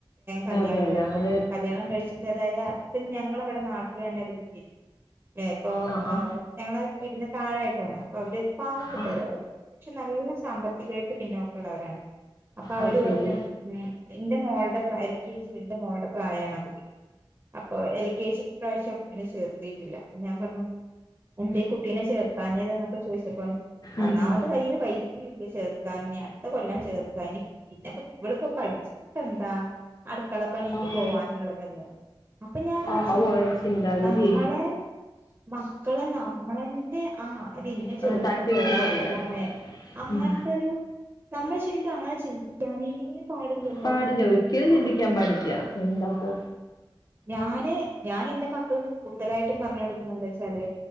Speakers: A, on the right; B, on the left.
A: കല്യാണം
B: അതെ അതെ
A: കഴിക്കണം.
B: അങ്ങനെ
A: മലയാളം കഴിച്ചിട്ട് അതായത് ഇപ്പം ഞങ്ങളവടെ നാട്ടിലെന്നെ ഒരു കുട്ടിണ്ട് ഏഹ് ഇപ്പൊ
B: ആ ആ
A: ഞങ്ങളെ വീടിന്റെ താഴായിട്ടാണ് അപ്പൊ അവര് പാവപ്പെട്ടവരാണ്.
B: ആ
A: പക്ഷേ നല്ല സാമ്പത്തികായിട്ട് പിന്നോക്കള്ളവരാണ് അപ്പൊ അവര്
B: അത് ശരി
A: പറഞ്ഞു. ഉം എന്റെ മോൾടെ പ്രായ എൽ കെ ജി എന്റെ മോളുടെ പ്രായാണ് ആ കുട്ടിക്ക് അപ്പൊ എൽ കെ ജിൽ ഇപ്രാവശ്യം കുട്ടിനെ ചേർത്തിട്ടില്ല അപ്പൊ ഞാൻ പറഞ്ഞു എന്തേ കുട്ടീനെ ചേർത്താഞ്ഞത് എന്നൊക്കെ ചോദിച്ചപ്പം ഒന്നാമത്തെ
B: ഉം, ഉം.
A: കയ്യില് പൈസ സില്ല ചേർക്കാൻ ഇനി അടുത്ത കൊല്ലം ചേർക്കാ ഇനി പിന്നെപ്പ ഇവള്പ്പൊ പഠിച്ചിട്ടെന്താ? അട്ക്കള പണിക്ക്
B: ആവോ,
A: പോവാനുള്ളതല്ലേ അപ്പൊ ഞാൻ അങ്ങനെ
B: ആവോ
A: ചിന്തിച്ചു.
B: അവരുടെ ചിന്താഗതി
A: നമ്മളെ മക്കളെ നമ്മളെന്നെ ആഹ് അത് ഇന്ന
B: അങ്ങനെ
A: ജോലിക്ക്
B: താഴ്ത്തി
A: പോവാള്ളതാണ്
B: കൂട്ടി പറയാ
A: അങ്ങനത്തെരു
B: ഉം.
A: നമ്മൾ ശരിക്കും അങ്ങനെ ചിന്തിക്കാനേ പാടില്ല.
B: പാടില്ല ഒരിക്കലും ചിന്തിക്കാൻ പാടില്ല എന്താപ്പോ?
A: ഞാന് ഞാൻ എൻറെ മക്കൾക്ക് കൂടുതലായിട്ടും പറഞ്ഞ കൊടുക്കുന്നന്തച്ചാല്